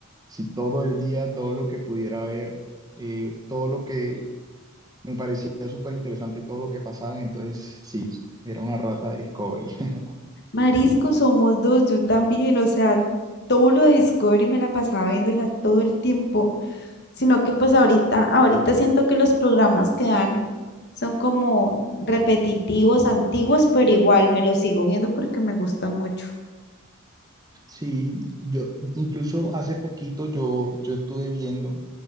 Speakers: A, on the right; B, on the left.
A: si todo el día, todo lo que pudiera ver, eh, todo lo que me parecía súper interesante, todo lo que pasaba, entonces sí, era una rata de Discovery. <laughs>
B: Marisco, somos dos, yo también. O sea, todo lo de Discovery me la pasaba viéndola todo el tiempo. Sino que pues ahorita, ahorita siento que los programas que dan son como repetitivos, antiguos, pero igual me los sigo viendo porque me gustan mucho.
A: Sí, yo, incluso hace poquito yo, yo estuve viendo